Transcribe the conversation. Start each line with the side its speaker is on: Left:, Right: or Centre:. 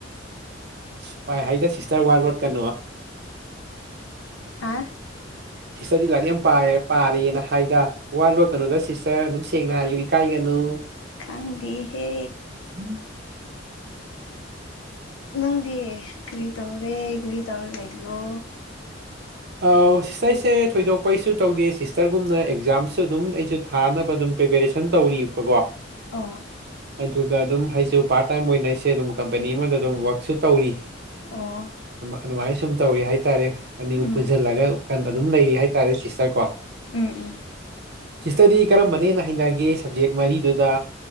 Right: ꯥꯄꯥꯏ ꯍꯥꯏꯗ ꯁꯤꯁꯇꯔ ꯋꯥ ꯂꯣꯠꯀꯅꯣ
Left: ꯍꯥ
Right: ꯁꯤꯁꯇꯔꯗꯤ ꯂꯥꯏꯔꯤꯛ ꯌꯥꯝ ꯄꯥꯏ ꯄꯥꯔꯤꯅ ꯍꯥꯏꯗ ꯋꯥ ꯂꯣꯠ ꯀꯅꯨꯗ ꯁꯤꯁꯇꯔ ꯑꯗꯨꯝ ꯁꯦꯡꯅ ꯍꯥꯏꯌꯨ ꯏꯀꯥꯏꯒꯅꯨ
Left: ꯈꯪꯗꯦ ꯍꯦ
Right: <unintelligible>
Left: ꯅꯪꯗꯤ ꯀꯔꯤ ꯇꯧꯔꯦ ꯀꯔꯤ ꯇꯧꯔ ꯂꯩꯕ꯭ꯔꯣ
Right: ꯑ ꯁꯤꯁꯇꯔ ꯑꯩꯁꯦ ꯊꯣꯏꯗꯣꯛꯄ ꯑꯩꯁꯨ ꯇꯧꯗꯦ ꯁꯤꯁꯇꯔꯒꯨꯝꯅ ꯑꯦꯛꯖꯥꯝꯁꯨ ꯑꯗꯨꯝ ꯑꯩꯁꯨ ꯊꯥꯅꯕ ꯑꯗꯨꯝ ꯄ꯭ꯔꯤꯄꯦꯔꯦꯁꯟ ꯇꯧꯔꯤꯕꯀꯣ
Left: ꯑꯣ
Right: ꯑꯗꯨꯒ ꯑꯗꯨꯝ ꯑꯩꯁꯨ ꯄꯥꯔꯠ ꯇꯥꯏꯝ ꯑꯣꯏꯅ ꯑꯩꯁꯦ ꯑꯗꯨꯝ ꯀꯝꯄꯅꯤ ꯑꯃꯗ ꯑꯗꯨꯝ ꯋꯥꯔꯛꯁꯨ ꯇꯧꯔꯤ
Left: ꯑꯣ
Right: ꯑꯗꯨꯃꯥꯏꯅ ꯁꯨꯝ ꯇꯧꯔꯤ ꯍꯥꯏꯇꯥꯔꯦ ꯑꯅꯤꯕꯨ
Left: ꯎꯝ
Right: ꯄꯨꯟꯁꯤꯜꯂꯒ ꯑꯗꯨꯝ ꯂꯩꯔꯤ ꯍꯥꯏꯇꯥꯔꯦ ꯁꯤꯁꯇꯔ ꯀꯣ
Left: ꯎꯝ ꯎꯝ
Right: ꯁꯤꯁꯇꯗꯤ ꯀꯔꯝꯕꯅꯦꯅ ꯍꯩꯅꯒꯦ ꯁꯞꯖꯦꯛ ꯃꯔꯤꯗꯨꯗ